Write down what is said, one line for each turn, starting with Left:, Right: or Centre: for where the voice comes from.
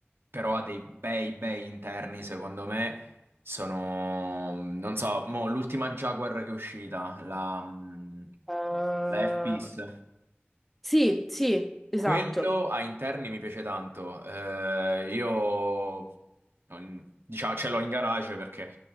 Right: però ha dei bei, bei interni, secondo me, sono, non so, mo, l'ultima Jaguar che è uscita, la, mm,
Centre: Eh,
Right: la F-Pace.
Centre: Sì, sì, esatto.
Right: Quello a interni mi piace tanto. Eh, io non- diciamo, ce l'ho in garage perché